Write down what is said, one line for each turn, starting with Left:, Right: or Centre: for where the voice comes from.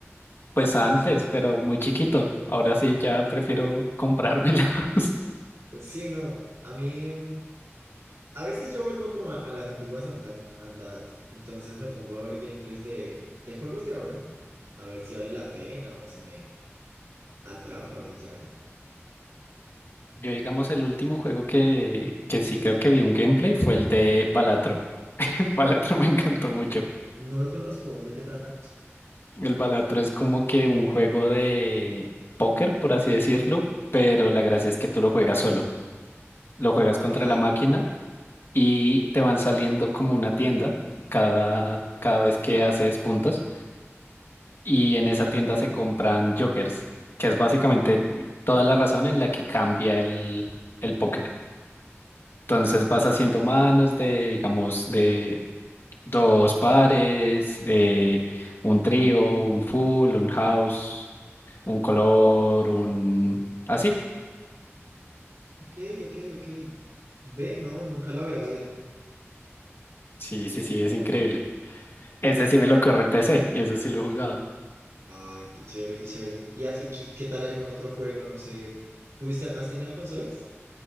Left: Pues antes, pero muy chiquito. Ahora sí ya prefiero comprármelos. <laughs>
Right: Sí, no, a mí. A veces yo vuelvo como a, a las antiguas andan- andadas, entonces me pongo a ver gameplays de, de juegos de ahora, a ver si vale la pena o si me atrapa y ya.
Left: Yo, digamos, el último juego que, que sí creo que vi un gameplay fue el de Balatro. <laughs> El Balatro me encantó mucho.
Right: No lo conozco, ¿de qué trata?
Left: El Balatro es como que un juego de póker, por así decirlo, pero la gracia es que tú lo juegas solo. Lo
Right: Ok,
Left: juegas contra la máquina y te van saliendo como una tienda cada, cada vez que haces puntos. y en esa tienda se compran jokers, que es básicamente toda la razón en la que cambia el, el póker. Entonces vas haciendo manos de, digamos, de dos pares, eh, un trío, un full, un house, un color, un... Así.
Right: ok, ok, ok. Ve, no, nunca lo había oído.
Left: Sí, sí, sí, es increíble. Ese sí me lo corre el PC y ese sí lo he jugado.
Right: Ah, qué chévere, qué chévere. ¿Y, a- y qué, qué tal algún otro juego? No sé. ¿Tuviste, has tenido consolas?